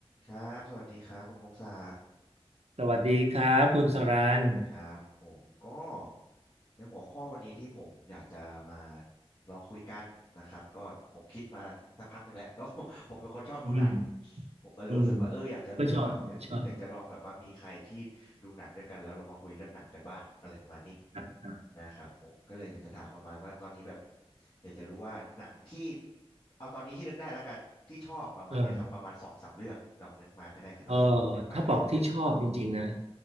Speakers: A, on the left; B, on the right.
A: ครับสวัสดีครับคุณพงศักดิ์
B: สวัสดีครับคุณสรัน
A: ครับผมก็ในหัวข้อวันนี้ที่ผมอยากจะมาลองคุยกันนะครับก็ผมคิดมาสักพักหนึ่งแล้ว <laughs> ก็ผมเป็นคนชอบดูหนัง
B: อืม
A: ผมก็เลยรู้สึกว่าเอออยากจะรู้ว่าแบบอยากอยากจะลองแบบว่ามีใครที่ดูหนังด้วยกันแล้วเรามาคุยเรื่องหนังกันบ้างอะไรประมาณนี้
B: อืมก็ชอบก็ชอบครับครับ
A: นะครับผมก็เลยอยากจะถามประมาณว่าตอนนี้แบบอยากจะรู้ว่าหนังที่เอาตอนนี้ที่นึกได้ละกันที่ชอบประมาณเนี้ยครับประมาณสองสามเรื่องลองนึกมาก็ได้ครับแล้วนึกมาก็ได้ครับไปเลย
B: เออเออถ้าบอกที่ชอบจริงๆนะ